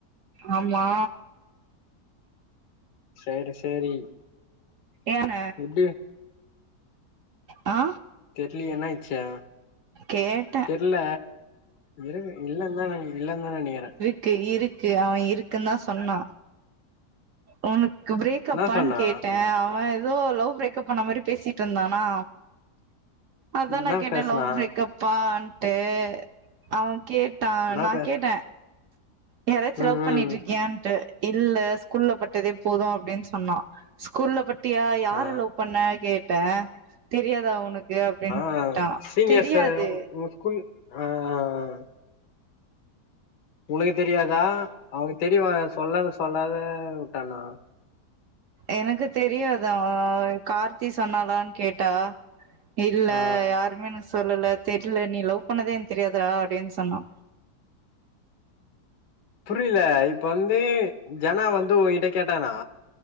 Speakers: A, on the right; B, on the left.
A: ஆமா
B: செரி செரி
A: ஏன
B: ம்
A: ஆ
B: தெர்லியே என்னாயிச்சு
A: கேட்டே
B: தெர்ல இருக்கு இல்லந்தா இல்லந்தா நெனக்கிறே
A: க்கு இருக்கு அவ இருக்குன்தா சொன்னா ஒனக்கு பிரேக்கப்பான்
B: என்ன சொன்னா
A: கேட்டே அவ எதோ லவ் பிரேக்கப்பான மாரி பேசிட்ருந்தானா அதா
B: என்ன
A: நா கேட்ட
B: பேசுனா
A: லவ் பிரேக்கப் பான்ட்டு அவ கேட்டா
B: என்ன
A: நா
B: பே
A: கேட்ட யாராச்சு
B: ம்
A: லவ் பண்ணிட்டிருக்கியான்ட்டு
B: ம்
A: இல்ல ஸ்கூல்ல பட்டதே போத அப்டின் சொன்னா ஸ்கூல்ல பட்டியா யார
B: ஆ
A: லவ் பண்ண கேட்ட தெரியாதா ஒனக்கு அப்டின்
B: அ
A: கேட்டா
B: சீனியர்ஸ
A: தெரியாது
B: உங்க ஸ்கூல் அஅ உனக்கு தெரியாதா அவனுக் தெரிவா சொல்லாத சொல்லாத வுட்டானா
A: எனக்கு தெரியாது அவ கார்த்தி சொன்னாலான் கேட்டா இல்ல
B: ஆ
A: யாருமே எனுக் சொல்லல தெரில நீ லவ் பண்ணதே எனக் தெரியாதுறா அப்டின் சொன்னா
B: புரில இப்பந்து ஜனா வந்து உங்ககிட்ட கேட்டானா